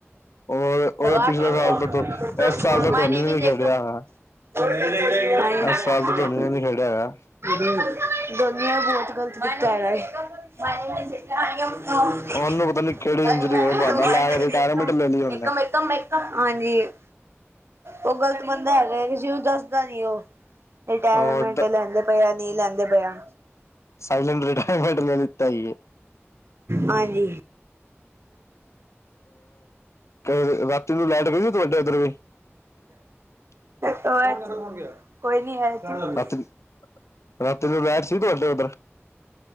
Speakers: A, on the left; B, on the right.
A: ਔਰ
B: ਦਗਾ
A: ਔਰ ਪਿਛਲੇ
B: ਟੀਮਮਏ
A: ਸਾਲ ਤੋਂ ਤੋਂ ਇਸ ਸਾਲ ਤਾਂ ਧੋਨੀ ਨੇ
B: ਨਮੀ
A: ਨਹੀਂ ਖੇਡਿਆ
B: ਇੱਕਮ
A: ਹੈਗਾ
B: <unintelligible> ਗਲੀਆਂ
A: ਇਸ ਸਾਲ ਤਾਂ ਧੋਨੀ ਨੇ ਨਹੀਂ ਖੇਡਿਆ ਹੈਗਾ
B: ਬਹੁਤ ਗਲਤੀ <unintelligible> ਏ <unintelligible>
A: ਉਹਨੂੰ ਪਤਾ ਨਹੀਂ ਕਿਹੜੀ ਇੰਜਰੀ ਹੋਈ ਬਹਾਨਾ ਲਾ ਰਿਟਾਇਰਮੈਂਟ
B: <unintelligible>
A: ਲੈ ਲਈ ਉਹਨੇ
B: ਇੱਕਮਮ ਹਾਂਜੀ <unintelligible> ਉਹ ਗ਼ਲਤ ਬੰਦਾ ਹੈਗਾ, ਕਿਸਸੀ ਉਹਨੂੰ ਦੱਸਦਾ ਨੀ ਉਹ ਰਿਟਾਇਰਮੈਂਟ
A: ਔਰ
B: ਲੈਂਦੇ ਪਿਆ, ਨੀ ਲੈਂਦੇ ਪਿਆ
A: ਸਾਈਲੈਂਟ ਰਿਟਾਇਰਮਟਤਾ, ਏ
B: ਹਾਂਜੀ।
A: ਰ ਰਾਤੀ ਨੂੰ ਲਾਈਟ ਪਈ ਸੀ ਤੁਹਾਡੇ ਉੱਧਰ ਵੀ <unintelligible>
B: ਹੋ ਕੋਈ ਨੀ ਹੈ <unintelligible>
A: ਰਾਤੀ ਰਾਤੀ ਤੋਂ ਲੈਟ ਸੀ, ਤਾਡੇ ਉੱਧਰ?